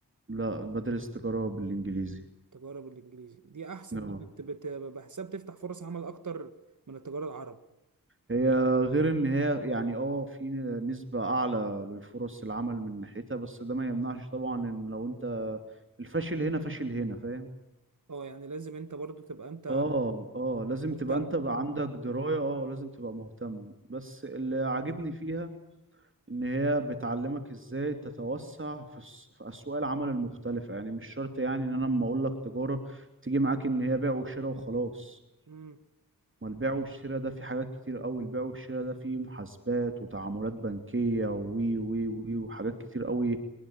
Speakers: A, on the right (about 35°); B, on the right (about 55°).
A: لا بدرس تجارة بالانجليزي
B: تجارة بالانجليزي دي احسن
A: نعم
B: دي بت... بت... بحساب تفتح فرص عمل اكتر من التجارة العربي
A: هي غير ان هي يعني اه في نسبة اعلى للفرص العمل من ناحيتها بس ده ما يمنعش طبعا ان لو انت الفاشل هنا فاشل هنا فاهم
B: اه يعني لازم انت برضو تبقى انت
A: اه اه لازم
B: مهتم
A: تبقى انت بقى عندك دراية اه لازم تبقى مهتم بس اللي عاجبني فيها ان هي بتعلمك ازاي تتوسع في الس- في اسواق العمل المختلفة يعني مش شرط يعني ان انا لما اقول لك تجارة تيجي معاك ان هي بيع وشراء وخلاص
B: امم
A: ما البيع والشراء ده في حاجات كتير قوي البيع والشراء ده فيه محاسبات وتعاملات بنكية وي وي وي وحاجات كتير قوي